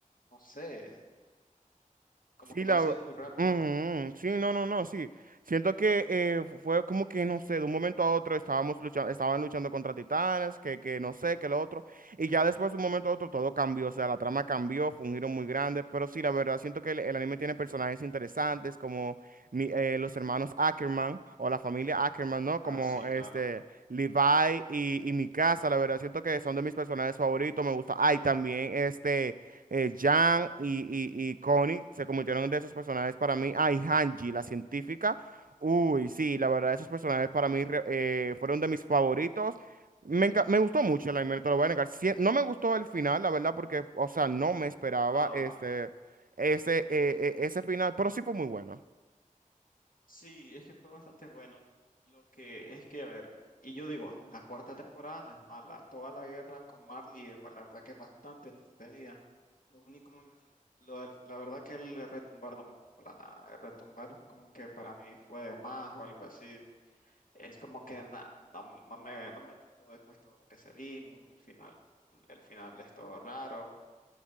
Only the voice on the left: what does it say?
no sé, como
que
todo se dio muy rápido.
Ah, sí,
claro.
No,
Sí, es que fue bastante bueno. Lo que es que, a ver, y yo digo, la cuarta temporada no es mala. Toda la guerra con Marley, eh, pa- la verdad que es bastante entretenida. Lo único malo es lo del- la verdad que el retumbar no me gustó para nada. El retumbar como que para mí fue de más o algo así. Es como que na- no, no me, no me gustó después todo lo que se vino, el final. El final es todo raro.